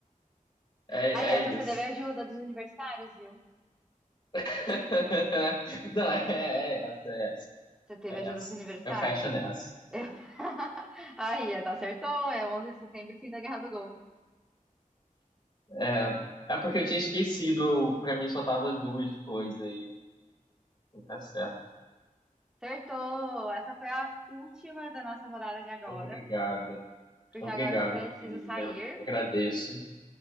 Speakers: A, on the left; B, in the centre.
A: É,
B: Aí, essa
A: é
B: você
A: isso.
B: teve ajuda dos universitários, viu?
A: <laughs> Não, é, é é essa, é essa.
B: Você teve
A: É
B: ajuda
A: essa.
B: dos universitários?
A: Eu fecho nessa.
B: Eu- <laughs> Aí, tá, acertou. É 11 de setembro, fim da Guerra do Golfo.
A: É, é porque eu tinha esquecido, pra mim só tava duas coisas aí. Tá certo.
B: Acertou! Essa foi a última da nossa rodada de agora,
A: Obrigado.
B: porque
A: Obrigado,
B: agora eu preciso
A: minha querida.
B: sair.
A: Eu agradeço.